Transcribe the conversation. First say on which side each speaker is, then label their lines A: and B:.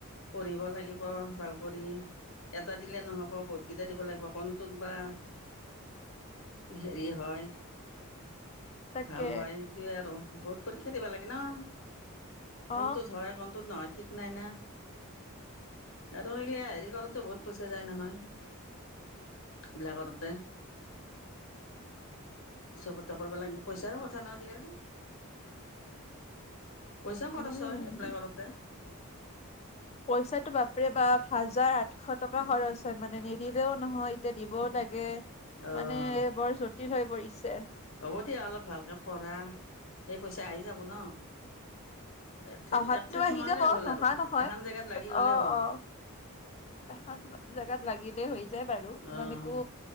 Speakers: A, on the left; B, on the left.
A: পঢ়িব লাগিব- ভাল কৰি। এটা দিলে নহ'ব বহুতকেইটা দিব লাগিব কনটোত বা হেৰি হয়
B: তাকে
A: ভাল হয় সেইটোয়ে আৰু, বহুত পৰীক্ষা দিবা লাগে না-
B: অ
A: কোনটোত হয় কোনটত নহয় ঠিক নাই না আৰু ইলা হেৰী কৰোতো বহুত পইচা যায় নহয়। ব্লা কৰোতে। চবতে কৰিব লাগ- পইচাৰ কথা নহ আজি-কালি। পইচাওঁ
B: উম
A: খৰচ হয় এপ্লাই কৰোঁতে।
B: পইচাটো বাপৰে বাপ, হাজাৰ-আঠশ টকা খৰচ হয় মানে নিদিলেও নহয় এতিয়া দিবওঁ লাগে।
A: অ'।
B: মানে বৰ জটিল হৈ পৰিছে।
A: হ'ব দিয়া অলপ ভালকে পঢ়া, সেই পইচা আহি যাব ন। ঠেত
B: অহাতটো
A: এক ঠেত
B: আহি
A: সোমালেই
B: যাব
A: হ'ল
B: নহা
A: আৰু,
B: নহয়।
A: এখন জেগাত লাগি গলে
B: অ',
A: হ'ল।
B: অ', এখন জেগাত লাগিলে হৈ যায় বাৰু ইমান
A: অঁ
B: একো,